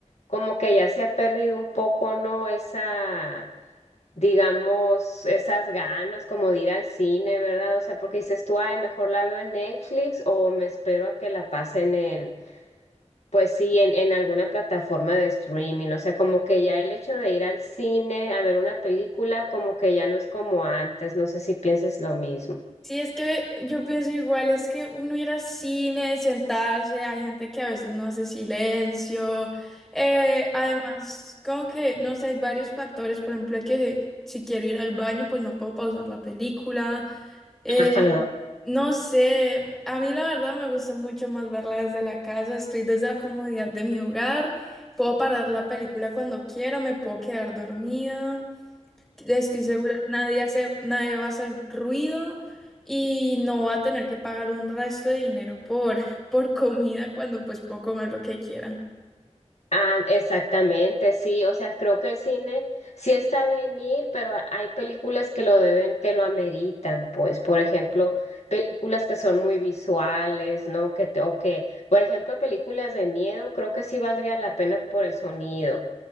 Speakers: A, on the left; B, in the centre.
A: como que ya se ha perdido un poco, ¿no? Esa digamos, esas ganas como de ir al cine, ¿verdad? O sea, porque dices tú, ay, mejor la veo en Netflix o me espero a que la pasen en, pues sí, en, en alguna plataforma de streaming. O sea, como que ya el hecho de ir al cine a ver una película, como que ya no es como antes. No sé si pienses lo mismo.
B: Sí, es que yo pienso igual, es que uno ir al cine, sentarse, hay gente que a veces no hace silencio. eh, además, como que, no sé, hay varios factores, por ejemplo, que si quiero ir al baño, pues no puedo pausar la película. eh,
A: <laughs> Ajá.
B: no sé, a mí la verdad me gusta mucho más verla desde la casa, estoy desde la comodidad de mi hogar, puedo parar la película cuando quiera, me puedo quedar dormida. Estoy segura, nadie hace, nadie va a hacer ruido y no va a tener que pagar un resto de dinero por, <laughs> por comida cuando pues puedo comer lo que quiera.
A: Ah, exactamente, sí, o sea, creo que el cine sí está bien ir, pero ha- hay películas que lo deben, que lo ameritan, pues, por ejemplo, películas que son muy visuales, ¿no? Que te- o que, por ejemplo, películas de miedo, creo que sí valdría la pena por el sonido.